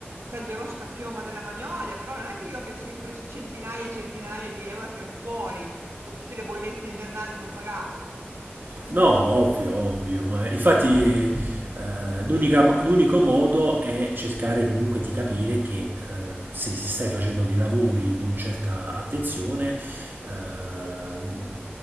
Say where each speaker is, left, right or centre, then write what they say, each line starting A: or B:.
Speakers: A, on the right; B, on the right.
A: taglierò sta chioma della Magnolia, però non è che io abbia sempre queste centinaia e centinaia di euro a tirar fuori con tutte le bollette invernali che ho pagato. Cioè,
B: No,
A: è una
B: ovvio,
A: situazione-
B: ovvio, ma infatti eh, l'unica- l'unico modo è cercare comunque di capire che eh, se stai facendo dei lavori di una certa attenzione, eh,